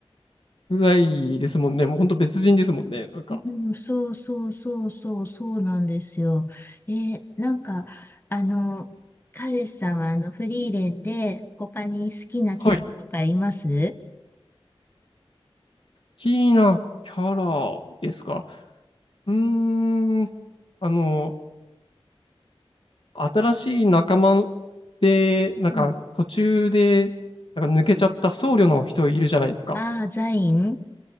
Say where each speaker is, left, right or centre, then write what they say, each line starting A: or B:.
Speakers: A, on the left; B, on the left.
A: ぐらいですもんね。もう本当別人ですもんね。なんか。
B: うん、そうそうそうそうそうなんですよ。えーなんか、あの、彼氏さんはあのフリーレンで他に好きなキャラとかいます
A: はい。好きなキャラですか。うーん。あの、新しい仲間で、なんか途中で、
B: うん。
A: なんか抜けちゃった僧侶の人いるじゃないですか。
B: ああー、ザイン